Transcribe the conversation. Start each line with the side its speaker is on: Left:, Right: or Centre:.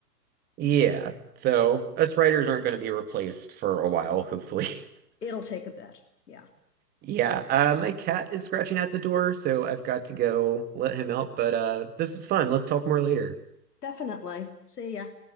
Right: Yeah. So us writers aren't going to be replaced for a while, hopefully. <laughs>
Left: it'll take a bit yeah
Right: Yeah, uh my cat is scratching at the door, so I've got to go let him out, but uh this was fun. Let's talk more later.
Left: definitely see ya